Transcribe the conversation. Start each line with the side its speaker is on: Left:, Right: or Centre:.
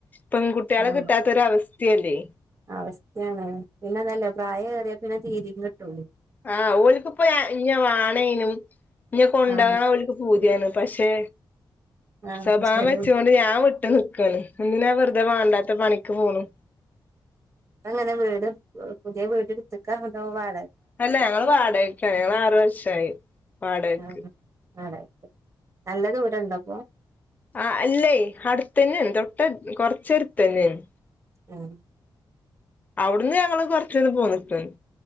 Left: പെൺകുട്ടികളെ
Right: ആ
Left: കിട്ടാത്തൊരവസ്ഥയല്ലേ
Right: അവസ്ഥയാണ് പിന്നെതല്ല പ്രായം ഏറിയാ പിന്നെ തീര കിട്ടുള്ളൂ
Left: ആഹ് ഓലക്ക് ഇപ്പ ഇന്നെ വാണേനും ഇന്നെ കൊണ്ടോകാൻ
Right: ആ
Left: ഓൽക്ക് പൂതിയാണ് പക്ഷേ
Right: ആ
Left: സ്വഭാവം
Right: ശരി
Left: വെച്ചൊണ്ട് ഞാൻ വിട്ട് നിക്കാണ് എന്തിനാ വെറുതെ വാണ്ടാത്തെ പണിക്ക് പോണു
Right: അങ്ങനെ വീട് പുതിയ വീട് ഇട്ത്ത്ക്ക അതൊ വാട
Left: അല്ല ഞങ്ങള് വാടകക്കാണ് ഞങ്ങള് ആറു വർഷായി വാടകക്ക്
Right: ആ വാടകക്ക് നല്ല ദൂരം ഇണ്ടപ്പൊ
Left: ആ അല്ലേ അടുത്തന്നെആണ് തൊട്ട് കൊറച്ചടുത്തന്നെയാണ്
Right: ഉം
Left: അവിടുന്ന് ഞങ്ങള് കൊറച്ചൊന്ന് പോന്നിട്ട്